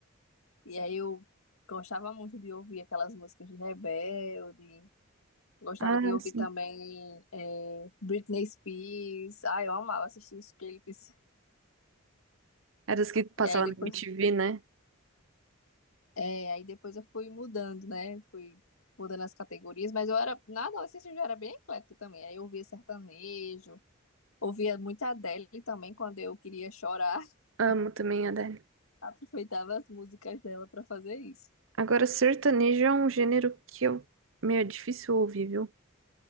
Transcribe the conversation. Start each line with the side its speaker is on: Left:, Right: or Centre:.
Left: E aí eu gostava muito de ouvir aquelas músicas de Rebelde, gostava
Right: Ah,
Left: de ouvir
Right: sim.
Left: também eh, Britney Spears. Ai, eu amava assistir os clipes.
Right: Era as que passavam
Left: E aí depois,
Right: na MTV, né?
Left: é, aí depois eu fui mudando, né? Fui mudando as categorias, mas eu era, na adolescência eu já era bem eclética também. Aí eu ouvia sertanejo, ouvia muita Adele também quando eu queria chorar, <laughs>
Right: Amo também a Adele.
Left: aproveitava as músicas dela para fazer isso.
Right: Agora, sertanejo é um gênero que eu meio difícil ouvir, viu?